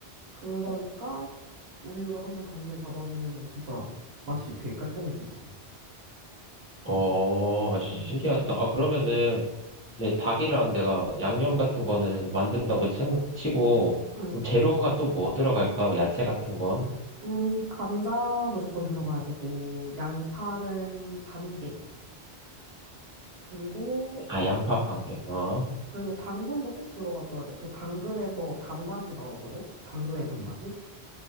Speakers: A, on the right (about 65°); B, on the left (about 15°).
A: 그러니까 우유로 한 번 잡내 잡아주면은 진짜 맛이 되게 깔끔해지지.
B: 어, 아주
A: 음.
B: 신기하다. 아, 그러면은, 이제 닭이랑 내가 양념 같은 거는 만든다고 생각 치고,
A: 음,
B: 그럼 재료가 또 뭐 들어갈까? 야채 같은 건?
A: 음, 감자 무조건 들어가야 되고, 양파는 반 개. 그리고
B: 아, 양파 한 개 어.
A: 그리고 당근도 꼭 들어가줘야 돼. 그 당근에서 단맛이 나오거든? 당근의 단맛이.